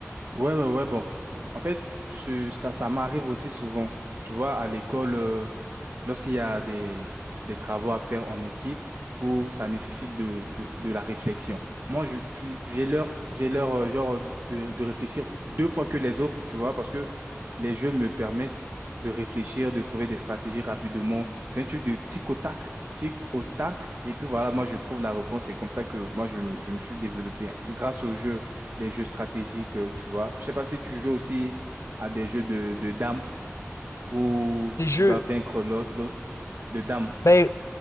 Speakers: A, on the right; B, on the left.
A: Ouais, ouais, ouais, bon. En fait, ce- ça, ça m'arrive aussi souvent. Tu vois, à l'école. euh, lorsqu'il y a des, des travaux à faire en équipe où ça nécessite de, de, de la réflexion. Moi, je- je- j'ai l'heure, j'ai l'heure, euh, genre, de, de réfléchir deux fois que les autres, tu vois, parce que les jeux me permettent de réfléchir, de trouver des stratégies rapidement. C'est un truc de tic au tac, tic au tac. Et puis voilà, moi, je trouve la réponse. C'est comme ça que moi, je, m- je me suis développé, hein, grâce aux jeux, des jeux stratégiques, euh, tu vois. Je sais pas si tu joues aussi à des jeux de, de dames où
B: Les jeux.
A: tu dois vaincre l'au- l'autre de dame.
B: Ben,